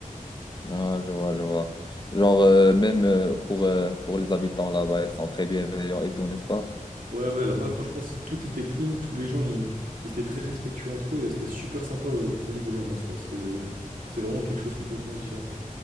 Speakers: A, on the left; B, on the right.
A: Ah, je vois, je vois. Genre, euh, même euh, pour, euh, pour les habitants là-bas, ils sont très bienveillants et tout, n'est-ce pas?
B: Ouais, ouais, là-bas, franchement, c'est- tout était clean, tous les gens, ils, ils étaient très respectueux entre eux, et c'était super sympa euh, au niveau de l'ambiance, quoi. C'était, c'était vraiment quelque chose de complètement différent.